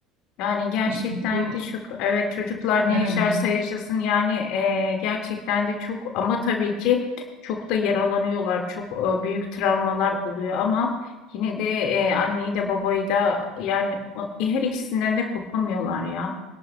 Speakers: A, on the left; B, on the right.
A: Yani gerçekten
B: İşte bu,
A: de çok evet çocuklar ne
B: evet.
A: yaşarsa yaşasın yani e, gerçekten de çok ama tabii ki çok da yaralanıyorlar çok e, büyük travmalar oluyor ama yine de e, anneyi de babayı da yani o- her ikisinden de kopamıyorlar ya.